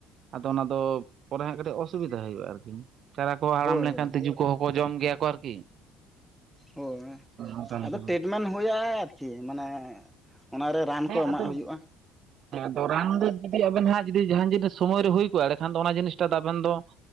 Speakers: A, on the right (about 55°); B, in the centre.
A: ᱟᱫᱚ ᱚᱱᱟ ᱫᱚ ᱯᱚᱨᱮ ᱦᱟᱸᱜ ᱠᱟᱹᱴᱤᱡ ᱚᱥᱩᱵᱷᱤᱫᱟ ᱦᱩᱭᱩᱜᱼᱟ ᱟᱨᱠᱤ ᱪᱟᱨᱟ ᱠᱚ ᱦᱟᱲᱟᱢ
B: ᱦᱳᱭ
A: ᱞᱮᱱᱠᱷᱟᱱ
B: ᱦᱳᱭ
A: ᱛᱤᱡᱩ ᱠᱚᱦᱚᱸ ᱠᱚ ᱡᱚᱢ ᱜᱮᱭᱟ ᱠᱚ ᱟᱨᱠᱤ
B: ᱦᱳᱭ
A: ᱚᱱᱠᱟ
B: ᱟᱫᱚ
A: ᱞᱮᱠᱟ
B: ᱴᱤᱴᱢᱮᱱᱴ ᱦᱩᱭᱩᱜᱼᱟ ᱟᱨᱠᱤ ᱢᱟᱱᱮ ᱚᱱᱟᱨᱮ ᱨᱟᱱ
A: ᱦᱮᱸ
B: ᱠᱚ ᱮᱢᱟᱜ
A: ᱟᱫᱚ
B: ᱦᱩᱭᱩᱜᱼᱟ
A: ᱟᱫᱚ ᱨᱟᱱ ᱫᱚ ᱡᱩᱫᱤ ᱟᱵᱮᱱ ᱦᱟᱸᱜ ᱡᱩᱫᱤ ᱡᱟᱦᱟᱱ ᱡᱤᱱᱤᱥ ᱥᱚᱢᱚᱭ ᱨᱮ ᱦᱩᱭ ᱠᱚᱜᱼᱟ ᱮᱰᱮᱠᱷᱟᱱ ᱫᱚ ᱚᱱᱟ ᱡᱤᱱᱤᱥᱴᱟ ᱫᱚ ᱟᱵᱮᱱ ᱫᱚ